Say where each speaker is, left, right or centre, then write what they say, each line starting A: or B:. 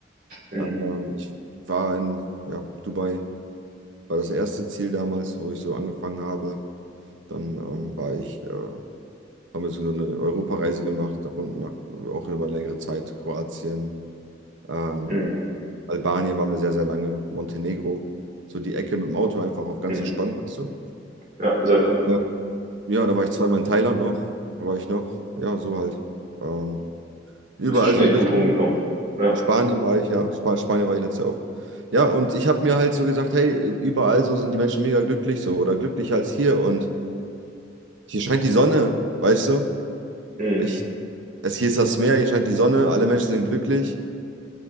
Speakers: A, on the right; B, on the right.
A: Mhm.
B: Ähm, ich war in, ja, Dubai, war das erste Ziel damals, wo ich so angefangen habe. Dann ähm, war ich, äh, haben wir so eine Europareise gemacht, nach unten, nach, auch über längere Zeit, Kroatien, ähm,
A: Mhm.
B: Albanien waren wir sehr, sehr lange, Montenegro, so die Ecke mit dem Auto einfach auf ganz
A: Mhm.
B: entspannt, weißt du?
A: Ja, sehr cool.
B: Ja. Ja, da war ich zweimal in Thailand noch. Wo war ich noch? Ja, so halt. Ähm, überall
A: Bist du schon
B: so
A: echt
B: ein bisschen.
A: gut rumgekommen. Ja.
B: In Spanien war ich, ja. Sp Spanien war ich letztes Jahr auch. Ja, und ich habe mir halt so gesagt, hey, überall so sind die Menschen mega glücklich so oder glücklicher als hier. Und hier scheint die Sonne, weißt du?
A: Mhm.
B: Ich, es, hier ist das Meer, hier scheint die Sonne, alle Menschen sind glücklich.